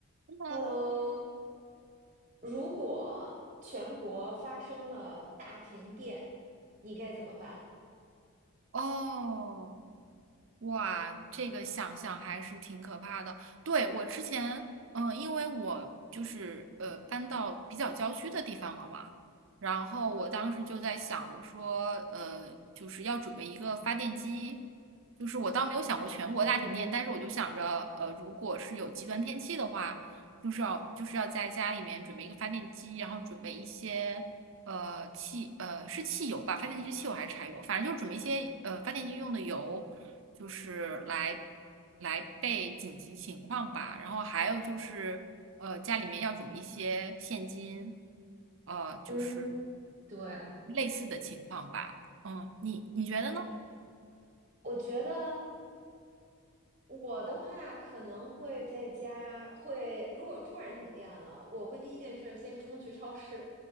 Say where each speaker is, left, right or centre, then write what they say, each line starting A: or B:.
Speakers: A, on the right; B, on the right.
A: 你好，
B: Hello，如果全国发生了大停电，你该怎么办？
A: 哦，哇，这个想想还是挺可怕的。对，我之前，嗯、因为我就是呃搬到比较郊区的地方了嘛，然后我当时就在想，
B: 嗯，
A: 我说呃就是要准备一个发电机，就是我倒没有想过全国大停电，
B: 嗯
A: 但是我就想着，呃，如果是有极端天气的话，就是要就是要在家里面准备一个发电机，然后准备一些。呃，汽呃是汽油吧？发电机是汽油还是柴油？反正就是准备一些呃发电机用的油，就是来来备紧急情况吧。然后还有就是，呃，家里面要准备一些现金，呃，就是
B: 嗯，对，
A: 类似的情况吧。嗯，你你觉得呢？
B: 我觉得我的话可能会在家，会如果突然停电了，我会第一件事儿先冲去超市，